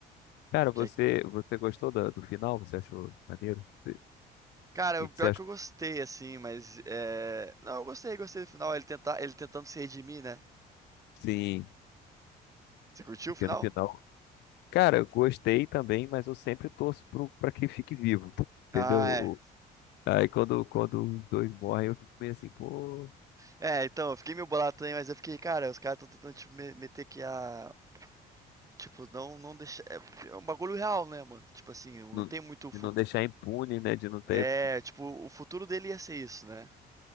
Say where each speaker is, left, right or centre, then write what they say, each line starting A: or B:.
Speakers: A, on the left (about 80°); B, on the right (about 20°).
A: Cara,
B: Que
A: você,
B: é-
A: você gostou da- do, final? Você achou maneiro? Você- O
B: cara,
A: que
B: o
A: que
B: pior
A: você achou?
B: que eu gostei, assim, mas. É... Não, eu gostei, gostei do final. Ele, tenta ele tentando se redimir, né?
A: Sim,
B: Você curtiu
A: porque
B: o final?
A: no final. Cara, eu gostei também, mas eu sempre torço pro, pra quem fique vivo, entendeu?
B: Ah, é.
A: O- Aí quando, quando os dois morrem, eu fico meio assim, pô,
B: É, então, eu fiquei meio bolado também, mas eu fiquei, cara, os caras estão tentando, tipo, me- meter que a. Tipo, não, não deixar. É porque é um bagulho real, né, mano? Tipo assim, não
A: não-
B: tem muito futu-
A: de não deixar impune, né? De não ter,
B: É, tipo, o futuro dele ia ser isso, né?